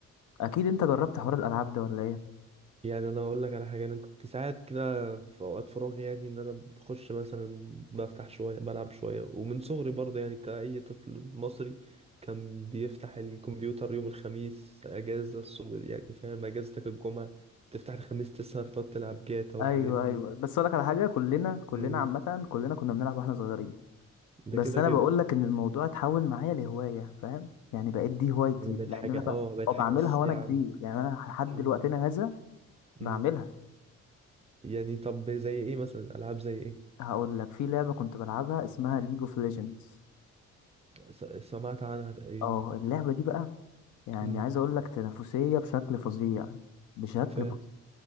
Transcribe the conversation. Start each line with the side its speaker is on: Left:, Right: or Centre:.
Left: اكيد انت جربت حوار الالعاب ده ولا ايه
Right: يعني انا اقول لك على حاجة انا كنت ساعات كده في اوقات فراغي يعني ان انا بخش مثلا بفتح شوية بلعب شوية ومن صغري برضه يعني كأي طفل مصري كان بيفتح الكمبيوتر يوم الخميس اجازة الصبح يعني فاهم اجازتك الجمعة تفتح الخميس تسهر تقعد تلعب جاتا والحاجات
Left: ايوه
Right: دي
Left: ايوه بس اقول لك على حاجه كلنا كلنا
Right: مم.
Left: عامه كلنا كنا بنلعب واحنا صغيرين
Right: ده
Left: بس
Right: كده
Left: انا
Right: كده
Left: بقول لك ان الموضوع اتحول معايا لهوايه فاهم يعني بقيت دي هوايتي
Right: يعني بقت
Left: لان
Right: حاجة
Left: انا بقى
Right: اه بقت
Left: أه بعملها
Right: حاجة أساسية
Left: وانا كبير
Right: عندك
Left: يعني انا لحد
Right: مم.
Left: دلوقتنا هذا بعملها
Right: مم. يعني طب زي ايه مثلا ألعاب زي ايه
Left: هقول لك في لعبه كنت بلعبها اسمها ليج اوف ليجندز
Right: مم. س- سمعت عنها تقريبا
Left: اه اللعبه دي بقى يعني
Right: مم.
Left: عايز اقول لك تنافسيه بشكل فظيع بشكل
Right: ف
Left: فظيع